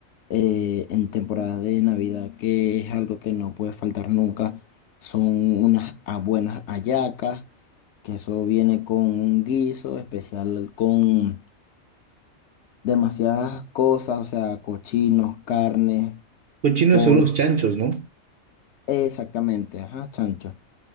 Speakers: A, on the left; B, on the right.
A: Eh, en temporadas de Navidad, que es algo que no puede faltar nunca, son unas ah, buenas hallacas, que eso viene con un guiso especial con demasiadas cosas, o sea, cochinos, carne,
B: Cochinos
A: pollo,
B: son los chanchos, ¿no?
A: exactamente, ajá, chancho.